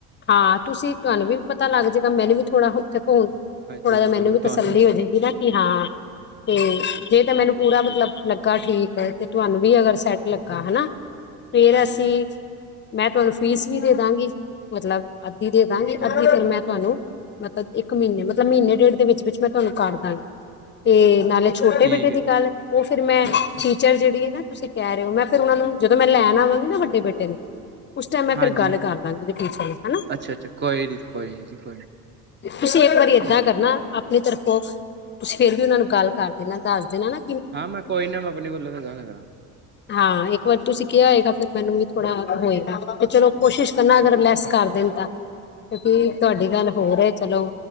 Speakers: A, on the left; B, on the right.
A: ਹਾਂ
B: ਹਾਂ-ਹਾਂ
A: ਤੁਸੀਂ ਤੁਹਾਨੂੰ ਵੀ ਪਤਾ ਲੱਗ ਜਾਏਗਾ, ਮੈਨੂੰ ਵੀ ਥੋੜਾ ਉੱਥੇ ਘੁੰਮ
B: ਹਾਂਜੀ-ਹਾਂਜੀ
A: ਥੋੜਾ ਜਿਹਾ ਮੈਨੂੰ
B: ਉਹ
A: ਵੀ
B: ਤੁਹਾਨੂੰ
A: ਤਸੱਲੀ ਹੋ ਜਾਏਗੀ ਨਾ‌। ਕਿ ਹਾਂ ਤੇ, ਜੇ ਤਾਂ
B: ਹਾਂ-ਹਾਂ
A: ਮੈਨੂੰ ਪੂਰਾ
B: ਹਾਂਜੀ
A: ਮਤਲਬ ਲੱ‍ਗ ਲੱਗਾ ਠੀਕ ਏ, ਤੇ ਤੁਹਾਨੂੰ ਵੀ ਅਗਰ ਸੈੱਟ ਲੱਗਾ ਹੈਨਾ ਫੇਰ
B: ਹਾਂਜੀ-ਹਾਂਜੀ
A: ਅਸੀਂ ਮੈਂ ਤੁਹਾਨੂੰ ਫੀਸ ਵੀ ਦੇ ਦਾਂਗੀ, ਮਤਲਬ ਅੱਧੀ ਦੇ ਦਵਾਂਗੀ
B: ਹਾਂਜੀ
A: ਅੱਧੀ
B: ਹਾਂਜੀ
A: ਫਿਰ ਮੈਂ ਤੁਹਾਨੂੰ ਮਤਲਬ ਇੱਕ ਮਹੀਨੇ ਮਤਲਬ ਮਹੀਨੇ ਡੇਢ ਦੇ ਵਿੱਚ ਵਿਚ ਮੈਂ ਤੁਹਾਨੂੰ ਕਰ ਦਾਂਗੀ, ਤੇ ਨਾਲੇ ਛੋਟੇ
B: ਠੀਕ
A: ਬੇਟੇ
B: ਹੈ
A: ਦੀ ਗੱਲ,
B: ਜੀ।
A: ਉਹ ਫਿਰ ਮੈਂ ਟੀਚਰ ਜਿਹੜੀ ਹੈ ਨਾ ਤੁਸੀਂ ਕਹਿ ਰਹੇ ਹੋ, ਮੈ ਫਿਰ ਉਹਨਾ ਨੂੰ ਜਦੋਂ ਮੈਂ ਲੈਣ ਆਵਾਂਗੀ ਨਾ ਵੱਡੇ ਬੇਟੇ ਨੂੰ। ਉਸ ਟਾਈਮ ਮੈਂ
B: ਹਾਂਜੀ
A: ਫਿਰ ਗੱਲ ਕਰ ਲਾਂਗੀ ਉਹਦੇ ਟੀਚਰ ਨੂੰ, ਹੈਨਾ।
B: ਅੱਛਾ-ਅੱਛਾ ਕੋਈ ਨੀ ਕੋਈ ਨੀ ਜੀ ਕੋਈ ਨੀ।
A: ਤੁਸੀਂ ਇੱਕ ਵਾਰੀ
B: ਉਸ
A: ਏਦਾਂ
B: ਟਾਈਮ
A: ਕਰਨਾ ਆਪਣੀ ਤਰਫੋਂ ਤੁਸੀਂ ਫੇਰ ਵੀ ਉਹਨਾ ਨੂੰ ਗੱਲ ਕਰ ਦੇਨਾ, ਦੱਸ ਦੇਣਾ ਨਾ।
B: ਹਾਂ ਮੈਂ ਕੋਈ ਨਾ ਮੈਂ ਆਪਣੇ ਵੱਲੋਂ ਤੇ ਗੱਲ ਕਰਾਂ।
A: ਹਾਂ ਇੱਕ ਵਾਰ ਤੁਸੀਂ ਕਿਹਾ ਹੋਏਗਾ, ਫਿਰ ਮੈਨੂੰ ਵੀ ਥੋੜਾ ਹੋਏਗਾ ਤੇ ਚਲੋ ਕੋਸ਼ਿਸ਼ ਕਰਨਾ ਅਗਰ ਲੈਸ ਕਰ ਦੇਣ ਤਾਂ, ਕਿਉਂਕਿ ਤੁਹਾਡੀ ਗੱਲ ਹੋਰ ਚਲੋ